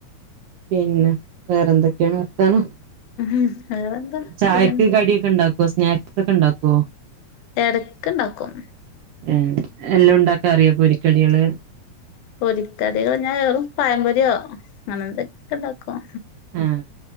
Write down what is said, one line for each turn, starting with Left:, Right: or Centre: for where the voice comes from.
Right: പിന്നെ വേറെന്തൊക്കെയാണ് വർത്താനം
Left: ഉം വേറെന്താ
Right: ചായക്ക്
Left: സുഖന്നെ
Right: കടിയൊക്കെ ഒണ്ടാ പ്പോ സ്നാക്സൊക്കെ ഒണ്ടാക്കുവോ
Left: എടക്കൊണ്ടാക്കും.
Right: ആ എല്ലാ ഒണ്ടാക്കാൻ അറിയൊ പൊരിക്കടികള്.
Left: പൊരിക്കടികളഞാ വെറും പഴംമ്പൊര്യോ അങ്ങനെതൊക്കെ ഒണ്ടാക്കും.
Right: ആ